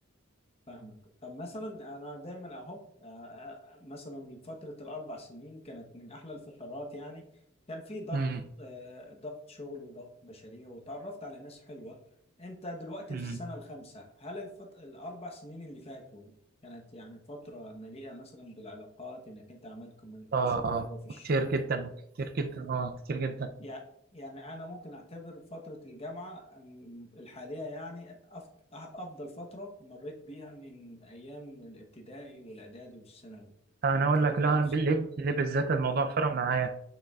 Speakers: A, on the left; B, on the right.
A: فاهمك طب مثلا انا دايما اهو آه، آه، مثلا فتره الاربع سنين كانت من احلى الفترات يعني كان في ضغط
B: امم
A: آه، ضغط شغل وضغط بشري وتعرفت على ناس حلوه انت دلوقتي
B: امم
A: في السنه الخامسه هل الفت... الاربع سنين اللي فاتوا كانت يعني فتره مليئه مثلا بالعلاقات انك انت عملت كوميونيكيشن
B: آه
A: حلوه في الشغل
B: كتير جدا كتير جدا آه كتير جدا
A: يع- يعني أنا ممكن أعتبر فترة الجامعة أم، الحالية يعني أف- أفضل فترة مريت بيها من أيام الابتدائي والإعدادي والثانوي
B: أنا
A: أنت
B: أقول
A: برضه
B: لك لا
A: نفسك
B: أنا بال- ليه بالذات الموضوع فرق معايا